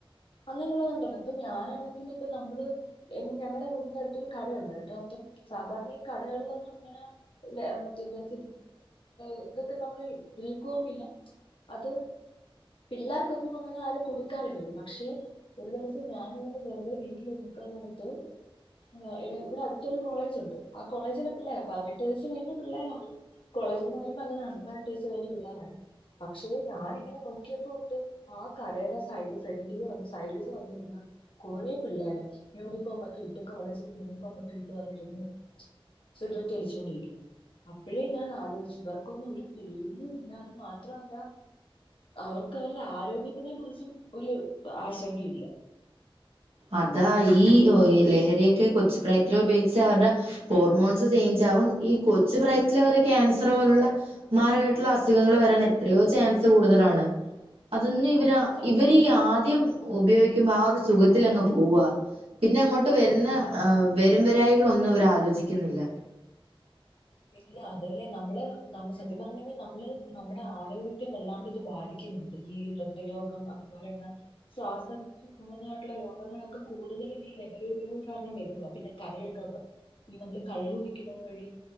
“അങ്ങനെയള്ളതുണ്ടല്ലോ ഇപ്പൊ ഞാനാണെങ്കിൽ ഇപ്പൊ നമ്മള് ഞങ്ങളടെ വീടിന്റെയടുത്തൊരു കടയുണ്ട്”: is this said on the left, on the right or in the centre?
Left